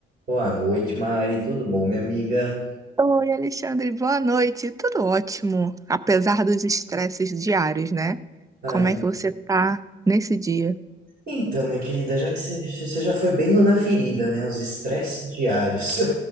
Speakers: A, on the right (about 55°); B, on the right (about 15°).
A: Boa noite, Mari. Tudo bom, minha amiga?
B: Oi, Alexandre, boa noite. Tudo ótimo, apesar dos estresses diários, né?
A: Ai,
B: Como
A: minha
B: é que você tá nesse dia?
A: Então, minha querida, já que você, você já foi bem no- na ferida, né? Os estresses diários. <laughs>